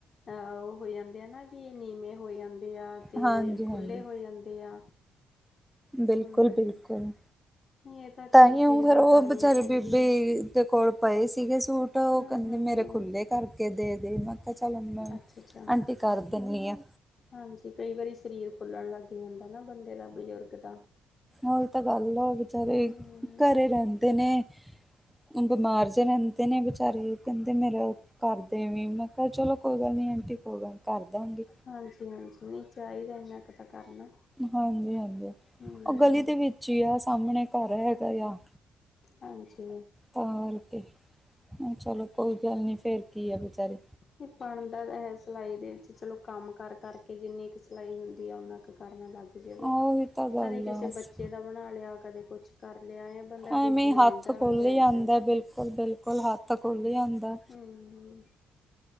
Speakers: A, on the left; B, in the centre.
A: ਆ ਓ ਹੋ ਜਾਂਦੇ ਆ ਨਾ ਵੀ ਨੀਵੇਂ ਹੋ ਜਾਂ ਦੇਆ ਤੇ
B: ਹਾਂਜੀ
A: ਖੁੱਲੇ
B: ਹਾਂਜੀ
A: ਹੋ ਜਾਂਦੇ ਆ।
B: ਬਿਲਕੁਲ-ਬਿਲਕੁਲ।
A: ਹੂੰ ਇਹ
B: ਤਾਂ
A: ਚਲੋ
B: ਈ
A: ਸੇਵਾ
B: ਓ ਫਰ ਓ
A: ਕਰਨੀ
B: ਬੇਚਾਰੀ
A: ਚਾਹੀਦੀ
B: ਬੀਬੀ
A: ਆ।
B: ਦੇ ਕੋਲ ਪਏ ਸੀਗੇ ਸੂਟ ਓ
A: ਹੂੰ
B: ਕੈਂਦੇ
A: ਹੂੰ
B: ਮੇਰੇ
A: ਹੂੰ
B: ਖੁੱਲੇ ਕਰਕੇ ਦੇ ਦੇ ਮੈਂ ਕੇਆ ਚਲ ਮੈਂ,
A: ਅੱਛਾ ਅੱਛਾ
B: ਆਂਟੀ ਕਰ ਦਿੰਦੀ ਆਂ।
A: ਹਾਂਜੀ ਕਈ ਵਾਰੀ ਸਰੀਰ ਫੁੱਲਣ ਲੱਗ ਜਾਂਦਾ ਨਾ ਬੰਦੇ ਦਾ ਬਜ਼ੁਰਗ ਦਾ।
B: ਓਈ ਤਾਂ ਗੱਲ ਐ ਓ ਵੀਚਾਰੇ,
A: ਹੂੰ
B: ਘਰੇ ਰੈਂਦੇ ਨੇ। ਬੀਮਾਰ ਜੇ ਰੈਂਦੇ ਨੇ ਬਚਾਰੇ ਕੈਂਦੇ ਮੇਰਾ ਕਰ ਦੇਵੀ ਮੈਂ ਕੇਆ ਚਲੋ ਕੋਈ ਗੱਲ ਨੀ ਆਂਟੀ ਕੋਈ ਗੱਲ ਨੀ ਕਰਦਾਗੇ।
A: ਹਾਂਜੀ-ਹਾਂਜੀ ਨਈ ਚਾਈਦਾ ਏਨਾ ਕਾ ਤਾਂ ਕਰਨਾ।
B: ਹਾਂਜੀ-ਹਾਂਜੀ,
A: ਹੂੰ
B: ਓ ਗਲੀ ਦੇ ਵਿੱਚ ਈ ਆ ਸਾਮਣੇ ਘਰ ਹੈਗਾ ਆ।
A: ਹਾਂਜੀ।
B: ਤਾਂ ਕਰਕੇ, ਹੁ ਚਲੋ ਕੋਈ ਗੱਲ ਨੀ ਫੇਰ ਕੀ ਆ ਬੀਚਾਰੇ।
A: ਨੀ ਬਣਦਾ ਤਾਂ ਹੈ ਸਿਲਾਈ ਦੇ ਵਿੱਚ ਚਲੋ ਕੰਮ ਕਰ-ਕਰ ਕੇ ਜਿੰਨੀ ਕੁ ਸਿਲਾਈ ਹੁੰਦੀ ਐ ਓਨਾ ਕੁ ਕਰਨ ਲੱਗ ਜਵੇ,
B: ਉਹੀ ਤਾਂ ਗੱਲ
A: ਕਦੇ
B: ਆ
A: ਕਿਸੇ
B: ਬਸ
A: ਬੱਚੇ ਦਾ ਬਣਾ ਲੇਆ ਕਦੇ ਕੁਛ ਕਰ ਲੇਆ ਐ ਬੰਦਾ
B: ਐਵੇਂ
A: ਬਿਜ਼ੀ
B: ਹੀ
A: ਰੈਂਦਾ
B: ਹੱਥ ਖੁੱਲ
A: ਦਿਨ
B: ਜਾਂਦਾ
A: ਚ।
B: ਬਿਲਕੁਲ ਬਿਲਕੁਲ ਹੱਥ ਖੁੱਲ ਜਾਂਦਾ
A: ਹੂੰ।